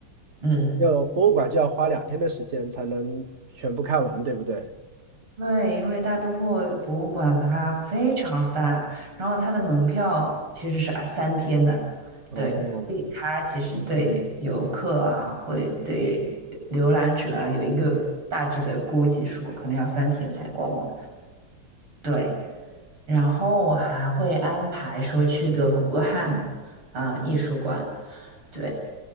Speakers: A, on the right (about 80°); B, on the right (about 35°).
A: 嗯。
B: 要博物馆就要花两天的时间才能全部看完，对不对？
A: 对，因为大都会博物馆它非常大，然后它的门票其实是啊三天的，对，
B: 哦，
A: 它其实对游客啊，会对浏览者啊有一个大致的估计说，可能要三天才逛完。对，然后我还会安排说去个古根汉姆啊、艺术馆，对，